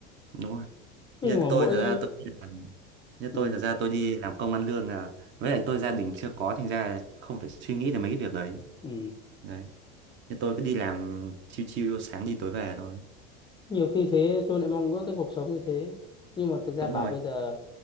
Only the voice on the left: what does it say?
Thế nhưng mà
mỗi
ừ,
ừ.
nhiều khi thế tôi lại mong ước cái cuộc sống như thế nhưng mà thực ra
bảo
bây giờ